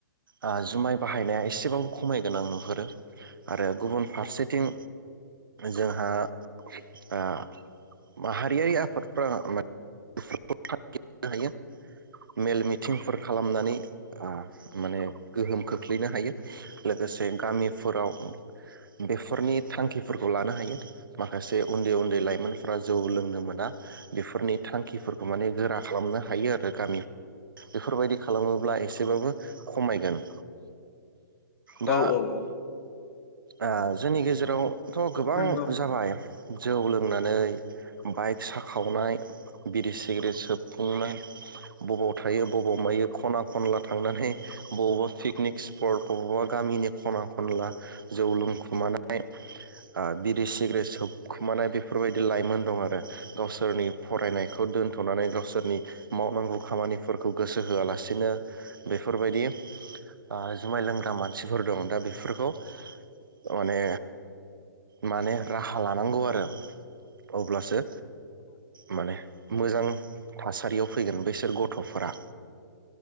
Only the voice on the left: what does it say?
औ औ
नंगौ